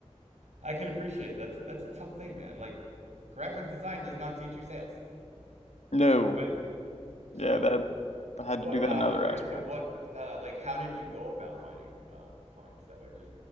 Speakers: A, on the right; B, on the left.
A: i can appreciate it. that's that's a tough thing man like graphics design does not teach you sales
B: No,
A: right so
B: yeah, that I had
A: What
B: to do that
A: uh,
B: in other
A: I'm curious.
B: aspects.
A: So, what uh, like how did you go about finding uh, clients that way? Just